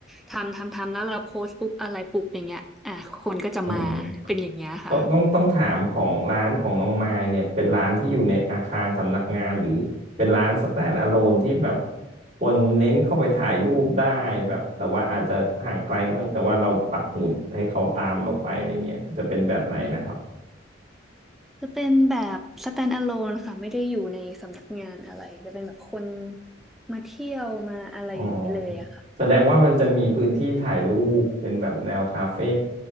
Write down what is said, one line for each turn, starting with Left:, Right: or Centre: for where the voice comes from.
Centre: ทำทำทำแล้วเราโพสต์ปุ๊บอะไรปุ๊บอย่างเงี้ยอ่ะคนก็จะมาเป็นอย่างเงี้ยค่ะ
Right: อืมต้องต้องต้องถามของร้านของน้องมายเนี่ยเป็นร้านที่อยู่ในอาคารสำนักงานหรือเป็นร้าน stand alone ที่แบบคนเน้นเข้าไปถ่ายรูปได้แบบแต่ว่าอาจจะห่างไกลหน่อยแต่ว่าเราปักหมุดให้เขาตามเราไปอะไรเงี้ยจะเป็นแบบไหนนะครับ
Centre: จะเป็นแบบ stand alone ค่ะไม่ได้อยู่ในสำนักงานอะไรจะเป็นแบบคนมาเที่ยวมาอะไรอย่างนี้เลยอะค่ะ
Right: อ๋อแสดงว่ามันจะมีพื้นที่ถ่ายรูปเป็นแบบแนวคาเฟ่